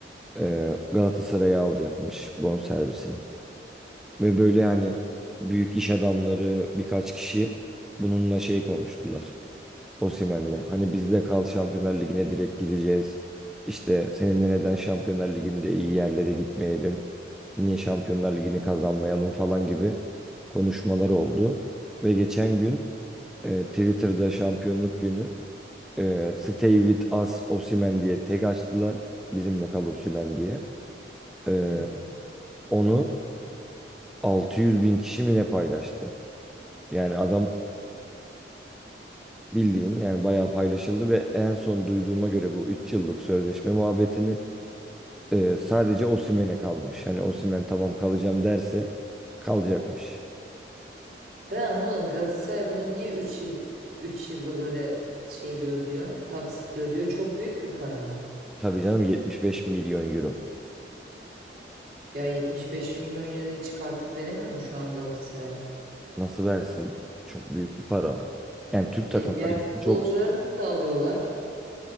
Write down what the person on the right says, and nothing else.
Hı.
Ben anlamadım Galatasaray bunu niye 3 yıl 3 yılda böyle şeyle ödüyor? Taksitle ödüyor. Çok büyük bir para mı?
Ya 75 milyon lirayı çıkartıp veremiyor mu şu an Galatasaray?
E diğer futbolcuları
nasıl alıyorlar?